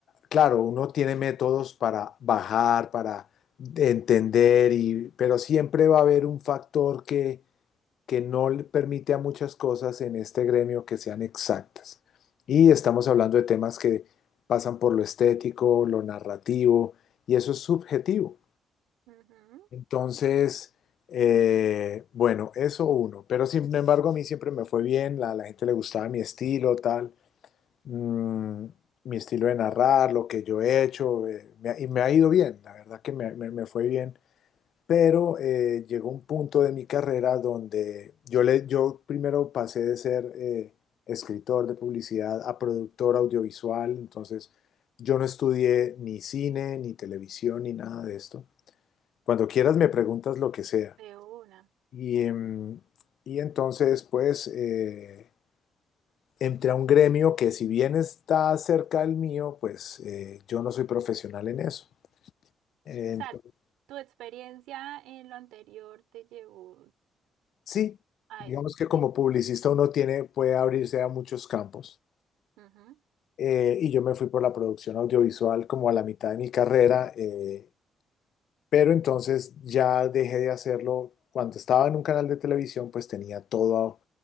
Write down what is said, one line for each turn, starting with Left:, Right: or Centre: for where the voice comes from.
Left: claro, uno tiene métodos para bajar, para entender, y, pero siempre va a haber un factor que, que no le permite a muchas cosas en este gremio que sean exactas. Y estamos hablando de temas que pasan por lo estético, lo narrativo, y eso es subjetivo.
Right: ujú,
Left: Entonces, eh, bueno, eso uno. Pero sin embargo, a mí siempre me fue bien, la, la gente le gustaba mi estilo, tal mm, mi estilo de narrar, lo que yo he hecho, eh, me ha- y me ha ido bien, la verdad que me, me- me fue bien, pero eh, llegó un punto de mi carrera donde yo, le, yo primero pasé de ser eh, escritor de publicidad a productor audiovisual, entonces yo no estudié ni cine, ni televisión, ni nada de esto. Cuando quieras me preguntas lo que sea.
Right: De una.
Left: Y, em, y entonces, pues... eh, entré a un gremio que si bien está cerca del mío, pues eh, yo no soy profesional en eso. Eh,
Right: O sea,
Left: entonces,
Right: tu experiencia en lo anterior te llevó
Left: sí,
Right: a
Left: digamos
Right: eso.
Left: que como
Right: Sí.
Left: publicista uno tiene, puede abrirse a muchos campos.
Right: Ujú.
Left: Eh, y yo me fui por la producción audiovisual como a la mitad de mi carrera, eh, pero entonces ya dejé de hacerlo. Cuando estaba en un canal de televisión, pues tenía todo,